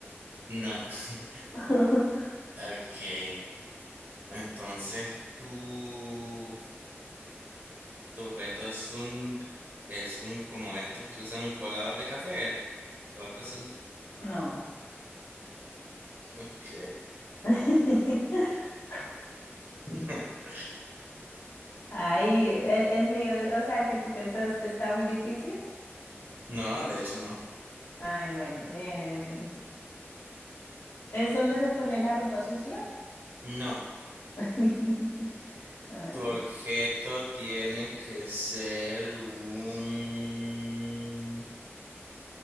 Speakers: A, on the right; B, on the left.
A: No. <laughs>
B: <laughs>
A: Ok. Entonces tu, tu objeto es un, es un como estos que usan un colador de café o algo así.
B: No.
A: Ok.
B: <laughs>
A: <laughs>
B: Ahí el, el mío, o sea, el que tú pensaste está muy difícil.
A: No, de hecho no.
B: Ay, bueno, em, ¿Es donde se pone la ropa sucia?
A: No.
B: <laughs> Ay,
A: Tu objeto tiene que ser un...